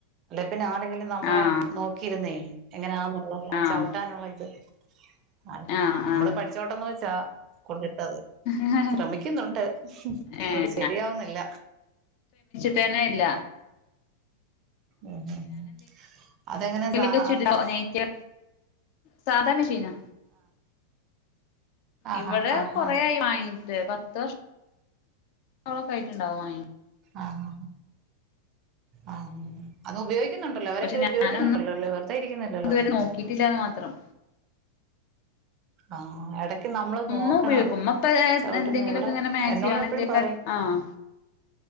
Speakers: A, on the right; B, on the left.
A: പിന്ന ആള്കള് നമ്മളെ
B: ആഹ്
A: നോക്കിയിരുന്നേ എങ്ങനാ അല്ലല്ല
B: ആഹ്
A: ചവിട്ടാനുള്ള ഇത് അതെ
B: ആഹ്
A: നമ്മള് പഠിച്ചോട്ടന്ന് വെ ച കൊട് അത്
B: ആഹ്
A: ശ്രമിക്കുന്നുണ്ട് അങ്ങോട്ട്
B: ഏഹ്
A: ശരിയാവുന്നില്ല
B: തെനയില്ല
A: ഉം ഉം ഉം അതെങ്ങനെ
B: എന്തെങ്കിലുമൊക്കെ
A: സ
B: ചുരിദാ
A: അ മിഷ്
B: നൈറ്റ് സാധാ മിഷീനാ
A: ആഹാ
B: ഇവടെ
A: ആഹ്
B: കൊറെയായി
A: ആഹ്
B: വാങ്ങിട്ട് പത്ത് വർഷം ഓ ആയിട്ടുണ്ടാവും വാങ്ങി
A: ആഹ് ആഹ് ആഹ് അത് ഉപയോഗിക്ക ക്കുന്നുണ്ടല്ലോ അവരൊക്കെ
B: പക്ഷെ ഞാനൊന്നും
A: ഉപയോഗിക്കുന്നുണ്ടല്ലോല്ലേ വെറുതെ ഇരിക്കുന്നില്ലല്ലോ
B: ഇതുവരെ നോക്കിയിട്ടില്ലാന്ന് മാത്രം
A: ആഹ് എടക്ക് നമ്മള്
B: ഉമ്മ
A: നോക്കണം
B: ഉപയോക്കും
A: അത്
B: ഉമ്മ ഇപ്പാ ഏഹ്
A: ചവിട്ടുന്ന
B: എന്തെങ്കിലുക്കെ
A: ഇവിടെ
B: ഇങ്ങനെ മാക്സിയോ
A: എന്നോട്
B: അങ്ങനെ
A: എപ്പഴും
B: ന്തെക്കാ
A: പറയും
B: ആഹ്